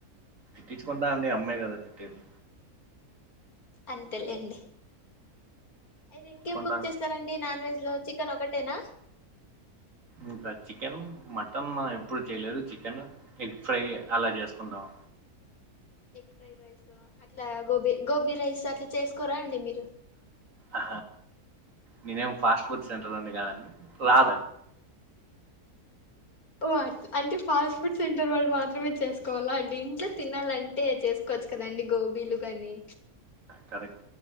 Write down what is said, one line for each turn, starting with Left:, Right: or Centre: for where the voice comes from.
Right: తట్టిచ్చుకుంటా అండి అమ్మాయి కదా తిట్టేది
Left: అంతేలేండి అయితే ఇంకేం
Right: కొంటాను
Left: కుక్ చేస్తారండి నాన్ వెజ్ ఇలో చికెన్ ఒకటేనా
Right: ఇంకా చికెన్ మటన్ ఎప్పుడు చేయలేదు చికెన్ ఎగ్ ఫ్రై అలా చేసుకుంటాం
Left: ఎగ్ ఫ్రైడ్ రైస్ అట్లా గోబీ గోబీ రైస్ అట్లా చేసుకోరా అండి మీరు
Right: ఆ నేనేం ఫాస్ట్ ఫుడ్ సెంటర్ ఉంది కావండి రాలండి
Left: ఓ అంటే ఫాస్ట్ ఫుడ్ సెంటర్ వాళ్ళు మాత్రమే చేసుకోవాలా అండి ఇంట్లో తినాలంటే చేసుకోవచ్చు కదండి గోబీలు కాగాని
Right: కరెక్